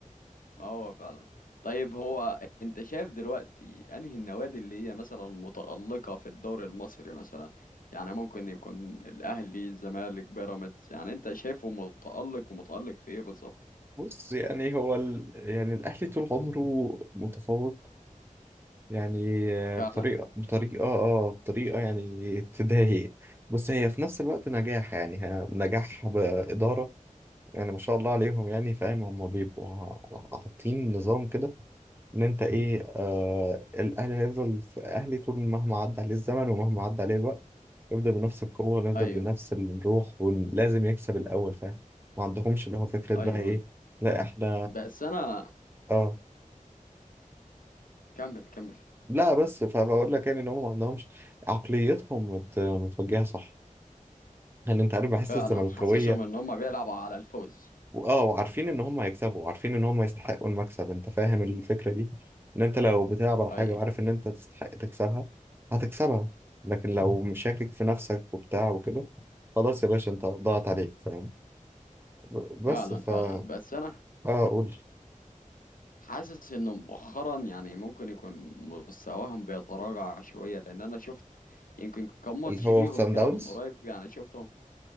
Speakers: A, on the left; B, on the right.
A: ما هو فعلا طيب هو انت شايف دلوقتي انهي النوادي اللي هي مثلا متألقة في الدوري المصري مثلا يعني ممكن يكون الاهلي الزمالك بيراميدز يعني انت شايفه متألق ومتألق في ايه بالظبط
B: بص يعني هو ال... يعني الاهلي طول عمره متفوق يعني آه،
A: فعلا
B: بطريقه بطريقه اه بطريقه يعني تضايق بس هي في نفس الوقت نجاح يعني ها- نجاح باداره يعني ما شاء الله عليهم يعني فاهم هم بيبقوا حاطين نظام كده ان انت ايه آه الاهلي هيفضل في اهلي طول مهما عدى عليه الزمن ومهما عدى عليه الوقت يفضل بنفس القوة ونفضل
A: ايوه
B: بنفس الروح ولازم يكسب الاول فاهم ما عندهمش اللي هو فكرة بقى
A: ايوه
B: ايه
A: ايوه
B: لا احنا
A: بس انا
B: اه
A: كمل كمل
B: لا بس فبقول لك يعني ان هم ما عندهمش عقليتهم مت... متوجهة صح يعني انت عارف بحس
A: فعلا
B: الزملكاوية
A: حاسسهم ان هم بيلعبوا على الفوز
B: واه وعارفين ان هم هيكسبوا وعارفين ان هم يستحقوا المكسب انت فاهم الفكرة دي ان انت لو بتلعب على حاجة
A: ايوه
B: وعارف ان انت تستحق تكسبها هتكسبها لكن لو مشاكك في نفسك وبتاع وكده خلاص يا باشا انت ضاعت عليك فاهم ب-
A: فعلا
B: بس فا
A: فعلا بس انا
B: اه قول
A: حاسس انه مؤخرا يعني ممكن يكون مستواهم بيتراجع شوية لان انا شفت يمكن كم ماتش
B: اللي هو
A: ليهم
B: سان
A: كده
B: داونز
A: من قريب يعني شفتهم